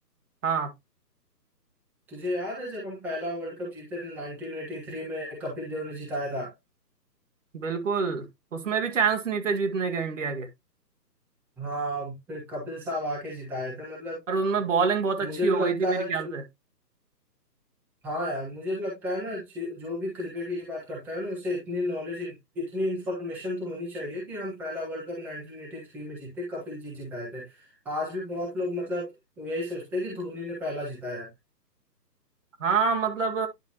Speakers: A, on the right (about 50°); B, in the centre.
A: हाँ
B: तुझे याद है जब हम पहला वर्ल्ड कप जीते थे 1983 में कपिल देव ने जिताया था
A: बिल्कुल उसमें भी चांस नहीं थे जीतने के इंडिया के
B: हाँ फिर कपिल साहब आके जिताए थे मतलब
A: और उनमें बॉलिंग बहुत
B: मुझे
A: अच्छी हो
B: तो लगता
A: गई थी मेरे
B: है
A: ख्याल
B: जो
A: से
B: हाँ यार मुझे तो लगता है ना जे- जो भी क्रिकेट की बात करता है ना उसे इतनी नॉलेज इतनी इन्फॉर्मेशन तो होनी चाहिए कि हम पहला वर्ल्ड कप 1983 में जीते कपिल जी जिताए थे आज भी बहुत लोग मतलब यही सोचते हैं कि धोनी ने पहला जिताया है।
A: हाँ मतलब